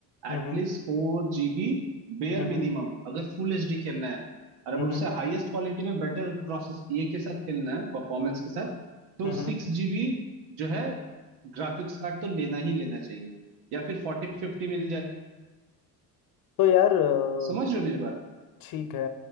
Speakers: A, on the left; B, on the right.
A: हम्म,
B: at least
A: हम्म,
B: four GB bare
A: हम्म,
B: minimum
A: हम्म,
B: अगर फुल एचडी खेलना है और अगर
A: हम्म,
B: उससे हाईएस्ट क्वालिटी में बेटर प्रोसेस ये के साथ खेलना है परफॉर्मेंस के साथ तो
A: हम्म, हम्म,
B: सिक्स जीबी जो है ग्राफिक्स कार्ड तो लेना ही लेना चाहिए या फिर फोर्टी फिफ्टी मिल जाए
A: तो यार अ,
B: समझ रहे
A: तो
B: हो मेरी बात
A: ठीक है